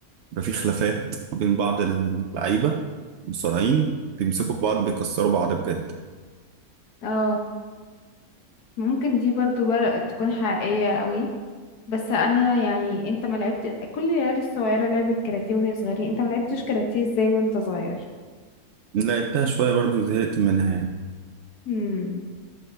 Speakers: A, on the right; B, on the left.
A: بيبقى في خلافات ما بين بعض اللعيبه المصارعين بيمسكوا بعض بيكسروا بعض بجد
B: اه ممكن دي برضو بر... تكون حقيقية قوي بس انا يعني انت ما لعبت كل العيال الصغيره لعبت كاراتيه وهي صغيرين انت ما لعبتش كاراتيه ازاي وانت صغير
A: لعبتها شويه برضو زهقت منها يعني
B: امم